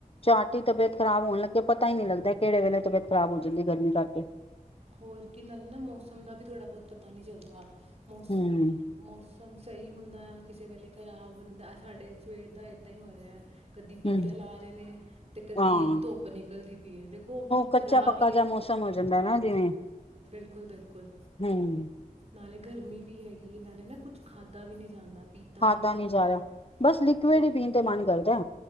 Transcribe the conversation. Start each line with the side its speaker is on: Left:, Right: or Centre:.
Left: ਝਟ ਹੀ ਤਬੀਅਤ ਖਰਾਬ ਹੋਣ ਲੱਗੇ ਪਤਾ ਹੀ ਨਹੀਂ ਲੱਗਦਾ ਕਿਹੜੇ ਵੇਲੇ ਤਬੀਅਤ ਖਰਾਬ ਹੋ ਜਾਂਦੀ ਗਰਮੀ ਕਰਕੇ।
Right: ਹੋਰ ਕੀ ਨਾਲ ਨਾ ਮੌਸਮ ਦਾ ਵੀ ਥੋੜ੍ਹਾ ਬਹੁਤ ਪਤਾ ਨੀ ਚੱਲਦਾ। ਮੌਸ
Left: ਹੂੰ
Right: ਮੌਸਮ ਸਹੀ ਹੁੰਦਾ ਆ ਕਿਸੇ ਵੇਲੇ ਖ਼ਰਾਬ ਹੁੰਦਾ ਸਾਡੇ ਸਵੇਰ ਦਾ ਇੱਦਾਂ ਹੀ ਹੋ ਰਿਹਾ। ਕਦੀ ਬੱਦਲ
Left: ਹੂੰ
Right: ਆ ਰਹੇ ਨੇ ਅਤੇ ਕਦੀ
Left: ਹਾਂ
Right: ਧੁੱਪ ਨਿਕਲਦੀ ਪਈ ਹੈ। ਦੇਖੋ ਉਹ
Left: ਕੱਚਾ
Right: ਖਰਾਬ
Left: ਪੱਕਾ
Right: ਹੀ
Left: ਜਿਹਾ
Right: ਹੈ।
Left: ਮੌਸਮ ਹੋ ਜਾਂਦਾ ਨਾ ਜਿਵੇਂ
Right: ਬਿਲਕੁਲ ਬਿਲਕੁਲ
Left: ਹੂੰ
Right: ਨਾਲੇ ਗਰਮੀ ਵੀ ਹੈਗੀ। ਇਹ ਨਾਲੇ ਨਾ ਕੁੱਛ ਖਾਧਾ ਵੀ ਨਹੀਂ ਜਾਂਦਾ। ਪੀਤਾ
Left: ਖਾਦਾਂ
Right: ਵੀ ਨਹੀਂ ਜਾਂਦਾ
Left: ਨੀ ਜਾ ਰਿਹਾ ਬਸ ਲਿਕੁਿਡ
Right: ਦੇ
Left: ਹੀ ਪੀਣ ਤੇ ਮਨ ਕਰਦਾ।